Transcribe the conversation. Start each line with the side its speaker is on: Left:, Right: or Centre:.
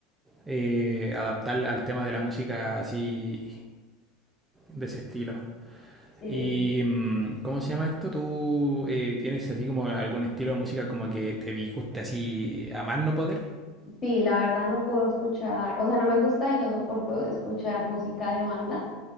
Right: eh, adaptar al tema de la música así de ese estilo.
Left: Sí,
Right: ¿Y mm, cómo se llama esto? ¿Tú eh, tienes así como algún estilo de música como que te disguste así a más no poder?
Left: sí, la verdad no puedo escuchar, o sea, no me gusta y no soporto escuchar música de banda.